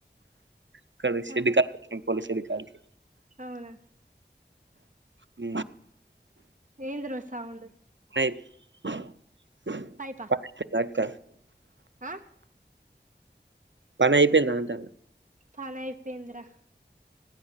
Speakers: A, on the right (about 90°); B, on the right (about 45°).
A: ఇక్కడ షెడ్
B: ఆహా
A: కాడికి పోయినాం పోలీస్ షెడ్ కాడికి
B: అవునా
A: ఊ
B: ఏందిరో సౌండ్
A: <inaudible>
B: పైపా
A: <unintelligible> అక్క
B: ఆ
A: పని అయిపోయింద అంటానా
B: పని అయిపోయింది రా